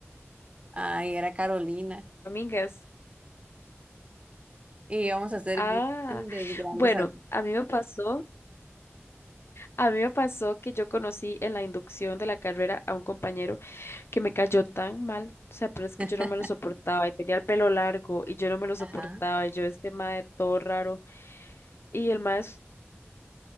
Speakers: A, on the right; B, on the left.
A: Ay, era Carolina.
B: Amigas.
A: Y íbamos a hacer
B: Ah,
A: grandes, grandes.
B: bueno,
A: ar-
B: a mí me pasó, a mí me pasó que yo conocí en la inducción de la carrera a un compañero que me cayó tan mal, o sea, pero es que
A: <laughs>
B: yo no me lo soportaba y tenía el pelo largo y yo no me lo soportaba
A: Ajá.
B: y yo este mae todo raro y el maestro